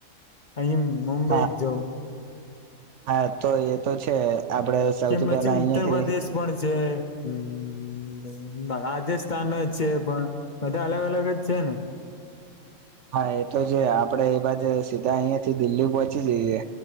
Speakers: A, on the left; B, on the right.
A: અહી મુંબઈ
B: હા
A: જ જઉં
B: હા તો એ તો છે આપડે સૌથી
A: કેમ પછી
B: પહેલા
A: ઉત્તર
B: અહિયાંથી
A: પ્રદેશ પણ છે હમ હ રાજસ્થાન છે પણ બધા અલગ અલગ જ છે ને
B: હા એ તો જે આપડે એ બાજ સીધા અહિયાં થી દિલ્હી પોહોચી જઈએ